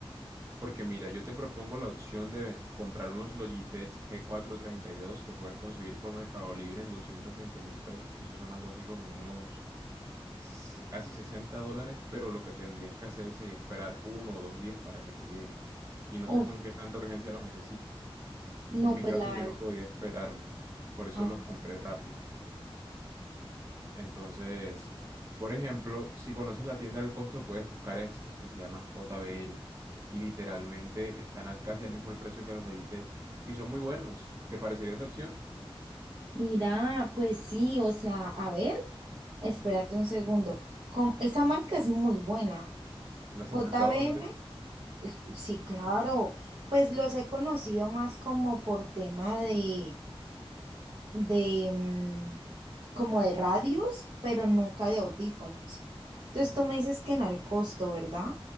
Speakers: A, on the right; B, on the right.
A: Porque mira, yo te propongo la opción de comprar unos Logitech g cuatrocientos treinta y dos que puedes conseguir por Mercado Libre en doscientos veinte mil pesos. Esos son algo así como unos se- casi 60 dólares, pero lo que tendrías que hacer sería esperar uno o dos días para que te llegue. Y no
B: Uf.
A: sé con qué tanta urgencia los necesites.
B: No,
A: En mi
B: pues
A: caso
B: la
A: yo
B: verdad.
A: no podía esperarme, por eso
B: Ah,
A: los compré rápido. Entonces, por ejemplo, si conoces la tienda del costo, puedes buscar estos que se llaman JBL y literalmente están al- casi al mismo el precio que los Logitech y son muy buenos. ¿Te parecería esa opción?
B: mira, pues sí, o sea, a ver, espérate un segundo. Com- esa marca es muy buena.
A: ¿La has
B: J
A: escuchado
B: JBL,
A: antes?
B: sí, claro. Pues los he conocido más como por tema de, de, mm, como de radios, pero nunca de audífonos. Entonces tú me dices que en el costo, ¿verdad?